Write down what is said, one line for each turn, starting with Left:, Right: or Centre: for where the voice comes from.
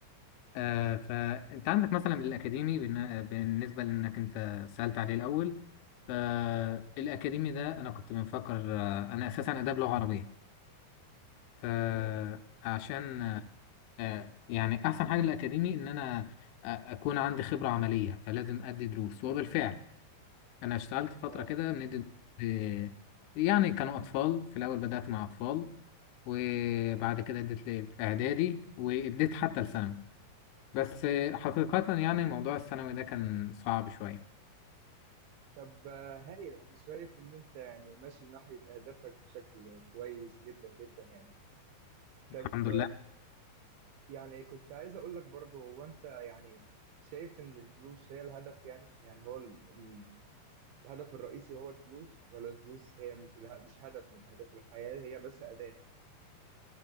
Left: آه فانت عندك مثلا الاكاديمي بالن- بالنسبه لانك انت سالت عليه الاول فالاكاديمي ده انا كنت بفكر آه، انا اساسا اداب لغه عربيه فعشان
Right: مم.
Left: آه، يعني احسن حاجه للاكاديمي ان انا آه، اكون عندي خبره عمليه فلازم ادي دروس وبالفعل انا اشتغلت فتره
Right: اه
Left: كده بندي دروس ل- يعني كانوا اطفال في الاول بدات مع اطفال وبعد كده اديت لاعدادي واديت حتى لثانوي بس آه، حقيقه يعني موضوع الثانوي ده كان صعب شويه
Right: طب آه، هايل انا شايف ان انت يعني ماشي ناحية اهدافك بشكل كويس جدا جدا يعني
Left: فالحمد
Right: طب
Left: لله
Right: يعني كنت عايز اقول لك برضو هو انت يعني شايف ان الفلوس هي الهدف يعني يعني هو ال- ال- الهدف الرئيسي هو الفلوس ولا الفلوس هي مش اله- مش هدف من اهداف الحياة هي بس أداة